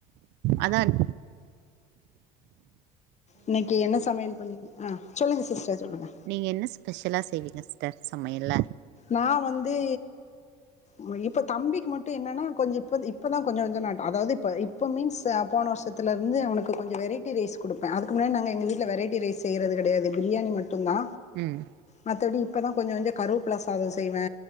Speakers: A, on the right; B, on the left.
A: அதான்
B: இன்னைக்கு என்ன சமையல் பண்ணீங்க ஆ சொல்லுங்க சிஸ்டர் சொல்லுங்க
A: நீங்க என்ன ஸ்பெஷலா செய்வீங்க சிஸ்டர் சமையல்ல
B: நா வந்து ம் இப்ப தம்பிக்கு மட்டு என்னென்னா கொஞ்ச இப்பத் இப்ப தா கொஞ்ச கொஞ்ச நட அதாவ்து இப்ப இப் இப்போ மீன்ஸ் அ போன வர்ஷத்துல இருந்து அவனுக்கு கொஞ்ச வெரைட்டி ரைஸ் குடுப்பே அதுக்கு முன்னாடி நாங்க எங்க வீட்ல வெரைட்டி ரைஸ் செய்றது கெடையாது பிரியாணி மட்டுந்தா
A: ம்
B: மத்தபடி இப்பதா கொஞ்ச கொஞ்ச கருவப்பில்ல சாத செய்வே